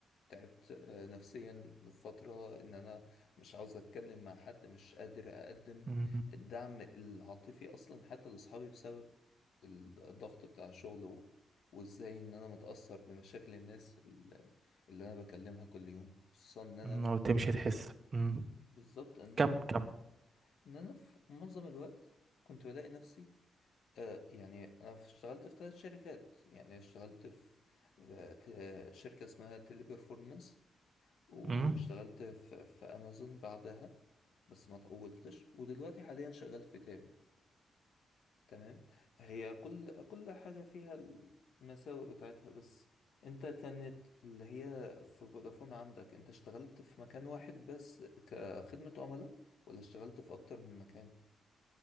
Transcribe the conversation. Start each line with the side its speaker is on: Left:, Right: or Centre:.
Left: تعبت آه، نفسيا فترة إن أنا مش عاوز أتكلم مع حد مش قادر أقدم
Right: امم
Left: الدعم العاطفي أصلا حتى لأصحابي بسبب الضغط بتاع الشغل و... وإزاي إن أنا متأثر بمشاكل الناس ال- اللي أنا بكلمها كل يوم خصوصا إن أنا
Right: أمم، وتمشي تحس امم
Left: بالظبط إن
Right: كم
Left: أنا
Right: كم
Left: إن أنا في معظم الوقت كنت بلاقي نفسي آه، يعني أنا في- اشتغلت في ثلاث شركات يعني اشتغلت في في ت- شركة اسمها تيلي بيرفورمانس واشتغلت
Right: امم
Left: في, في أمازون بعدها بس ما طولتش ودلوقتي حاليا شغال في تابي تمام هي كل كل حاجة فيها المساوئ بتاعتها بس أنت كانت اللي هي في فودافون عندك أنت اشتغلت في مكان واحد بس كخدمة عملاء ولا اشتغلت في أكتر من مكان؟